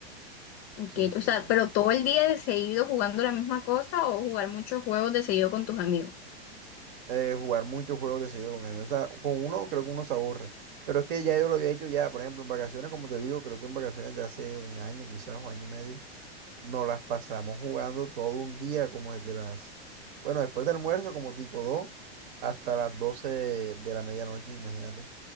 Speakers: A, on the left (about 30°); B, on the right (about 55°).
A: ok.
B: Sí, sí,
A: O sea,
B: sí.
A: pero todo el día de seguido jugando la misma cosa o jugar muchos juegos de seguido con tus amigos.
B: eh, jugar muchos juegos de seguido con mis amigos. O sea, con uno creo que uno se aburre. Pero es que ya yo lo había hecho ya, por ejemplo, en vacaciones, como te digo, creo que en vacaciones de hace un año quizás o año y medio. nos las pasamos jugando todo un día, como desde las, bueno, después del almuerzo, como tipo 2 hasta las 12 de la medianoche, imagínate.